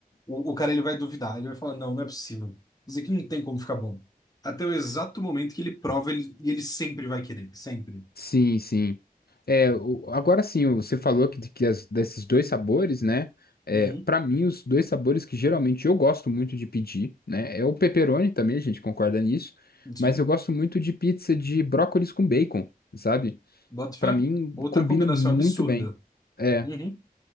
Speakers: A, on the left; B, on the left.
A: o, o cara ele vai duvidar, ele vai falar, não, não é possível. Isso aqui não tem como ficar bom. Até o exato momento que ele prova, ele, e ele sempre vai querer, sempre.
B: Sim, sim. É, o- agora sim, você falou que, que as- desses dois sabores, né? É,
A: Uhum,
B: para mim, os dois sabores que geralmente eu gosto muito de pedir, né? É o pepperoni também, a gente concorda nisso.
A: sim.
B: Mas eu gosto muito de pizza de brócolis com bacon, sabe?
A: Bota fé.
B: Pra mim,
A: Outra
B: combina
A: combinação
B: muito
A: absurda.
B: bem. É,
A: Uhum.